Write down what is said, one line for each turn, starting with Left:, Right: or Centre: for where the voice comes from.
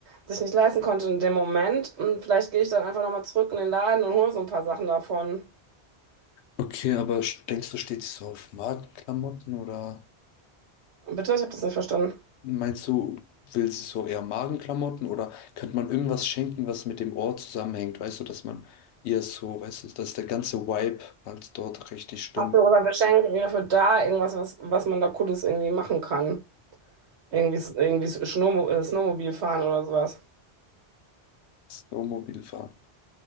Right: sich nicht leisten konnte in dem Moment. Und vielleicht gehe ich dann einfach nochmal zurück in den Laden und hole so ein paar Sachen davon.
Left: Okay, aber sch- denkst du, steht sie so auf Magenklamotten oder
Right: Bitte, ich habe das nicht verstanden.
Left: meinst du, will sie so eher Magenklamotten oder könnte man irgendwas schenken, was mit dem Ort zusammenhängt? Weißt du, dass man ihr so, weißt du, dass der ganze Vibe halt dort richtig stimmt.
Right: Hast du oder Geschenk irgendwie dafür da, irgendwas, was, was man da Cooles irgendwie machen kann? Irgendwie, irgendwie Snowmo äh, Snowmobil fahren oder sowas.
Left: Snowmobil fahren.